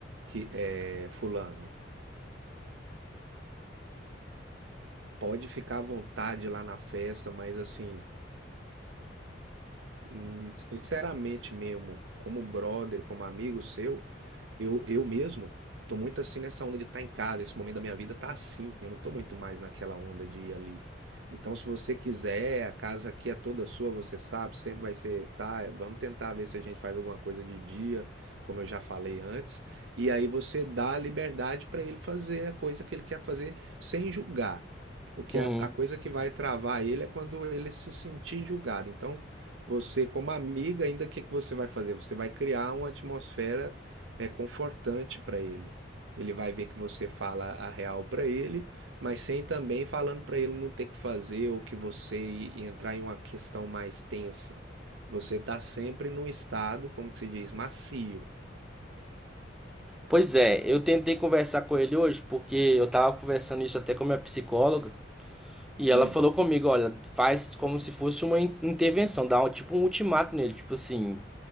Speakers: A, on the right; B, in the centre.
A: que é, fulano, pode ficar à vontade lá na festa, mas assim, hum, sinceramente mesmo, como brother, como amigo seu, eu, eu mesmo tô muito assim nessa onda de estar em casa. Esse momento da minha vida tá assim. Eu não tô muito mais naquela onda de ir ali. Então, se você quiser, a casa aqui é toda sua, você sabe, sempre vai ser, tá? Vamos tentar ver se a gente faz alguma coisa de dia, como eu já falei antes. E aí você dá a liberdade para ele fazer a coisa que ele quer fazer sem julgar. Porque
B: uhum.
A: a, a coisa que vai travar ele é quando ele se sentir julgado. Então, você, como amiga, ainda o que que você vai fazer? Você vai criar uma atmosfera é, confortante para ele. Ele vai ver que você fala a real para ele, mas sem também falando para ele não ter que fazer ou que você i- entrar em uma questão mais tensa. Você está sempre num estado, como que se diz, macio.
B: Pois é, eu tentei conversar com ele hoje, porque eu tava conversando isso até com a minha psicóloga. E
A: Hum.
B: ela falou comigo, olha, faz como se fosse uma in- intervenção, dá um, tipo um ultimato nele, tipo assim,